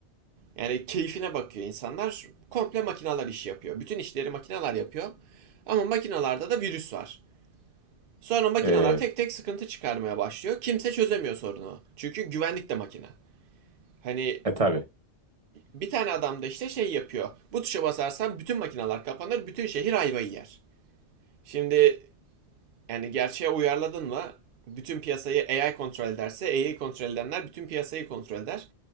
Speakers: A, on the right; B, on the right.
A: Yani keyfine bakıyor insanlar. Komple makineler iş yapıyor. Bütün işleri makineler yapıyor. Ama makinalarda da virüs var. Sonra makineler
B: Ee,
A: tek tek sıkıntı çıkarmaya başlıyor. Kimse çözemiyor sorunu. Çünkü güvenlik de makine. Hani
B: e tabii
A: bir tane adam da işte şey yapıyor. Bu tuşa basarsan bütün makineler kapanır, bütün şehir ayvayı yer. Şimdi yani gerçeğe uyarladın mı? Bütün piyasayı AI kontrol ederse AI kontrol edenler bütün piyasayı kontrol eder.